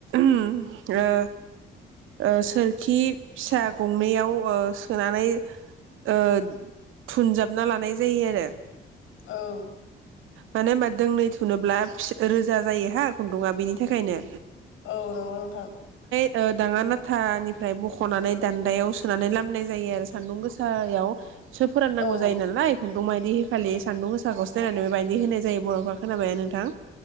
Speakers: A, on the right (about 85°); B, on the left (about 85°).
A: ओ ओ सोरखि फिसा गंनैयाव ओ सोनानै ओ थुनजाबना लानाय जायो आरो।
B: औ।
A: मानोे होनोबा दोंनै थुनोब्ला फिस-रोजा जायो हा खुन्दुंआ बेनि थाखायनो
B: औ नंगौ नोंथां।
A: ओ दांङा नाथानिफ्राय बख'नानै दान्दायाव सोनानै लामनाय जायो आरो सान्दुं गोसायाव सो फोराननांगौ
B: औ
A: जायो नालाय। रं मायदि खालि सान्दुं गोसाखौ सिनायनानै बेबायदि होनाय जायो बर'फ्रा खोनाबायना नों थां